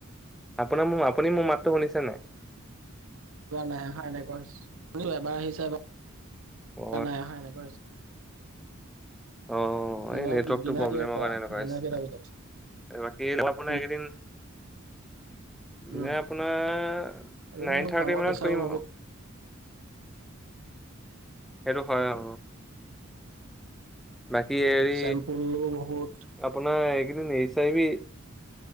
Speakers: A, in the centre; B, on the right.
A: আপোনাৰ ম আপুনি মোৰ মাতটো শুনিছে নে?
B: ক নাই অহা, এনেকুৱা হৈছে এবাৰ আহিছে এবাৰ
A: অ
B: নাই অহা এনেকুৱা হৈছে।
A: অ',
B: ডিনাৰ
A: এই নেটৱৰ্কটো
B: কি ডিনাৰ
A: প্ৰব্লেমৰ
B: কেতিয়া কৰা
A: কাৰণে এনেকুৱা
B: ডিনাৰ
A: হৈছে।
B: কেইটা বজাত
A: বাকী মই আপোনাৰ
B: তুম
A: এইকেইদিন
B: উম
A: দিনে আপোনাৰ
B: আজিকালি
A: নাইন
B: মোৰ
A: থাৰ্টি
B: কামৰ
A: মানত
B: প্ৰেছাৰো
A: কৰিম
B: বহুত
A: আৰু সেইটো হয় অ বাকী
B: উম,
A: হৰি
B: চেম্পুলো বহুত
A: আপোনাৰ এইকেইদিন নি চাৰিবি